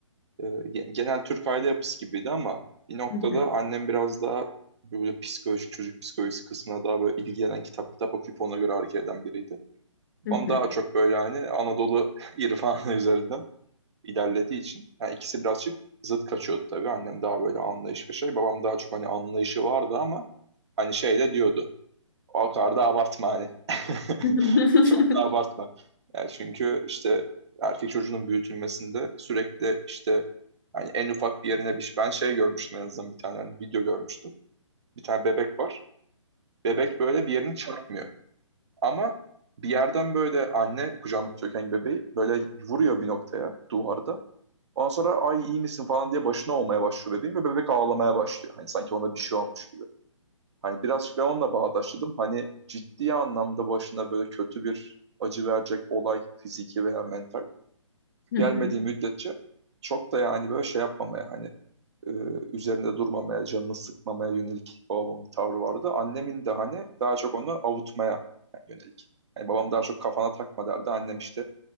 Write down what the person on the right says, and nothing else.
e, ge- genel Türk aile yapısı gibiydi ama bir noktada
annem biraz daha böyle psikolojik çocuk psikolojisi kısmına daha böyle ilgilenen kitap kitap okuyup ona göre hareket eden biriydi.
Babam
daha çok böyle hani Anadolu <laughs> irfanı üzerinden ilerlediği için yani ikisi birazcık zıt kaçıyordu tabii. Annem daha böyle anlayış ve şey. Babam daha çok hani anlayışı vardı ama hani şey de diyordu. O kadar da abartma hani. <laughs>
Çok da abartma. Yani çünkü işte erkek çocuğunun büyütülmesinde sürekli işte hani en ufak bir yerine bir şey. Ben şey görmüştüm en azından bir tane hani video görmüştüm. Bir tane bebek var. Bebek böyle bir yerini çarpmıyor. Ama bir yerden böyle anne kucağında tutuyorken bebeği böyle vuruyor bir noktaya duvarda. Ondan sonra ay iyi misin falan diye başına olmaya başlıyor bebeğin ve bebek ağlamaya başlıyor. Hani sanki ona bir şey olmuş gibi. Hani birazcık ben onunla bağdaşladım. Hani ciddi anlamda başına böyle kötü bir acı verecek olay fiziki veya mental
gelmediği
müddetçe çok da yani böyle şey yapmamaya hani e, üzerinde durmamaya, canını sıkmamaya yönelik babamın bir tavrı vardı. Annemin de hani daha çok onu avutmaya yönelik. Yani babam daha çok kafana takma derdi. Annem işte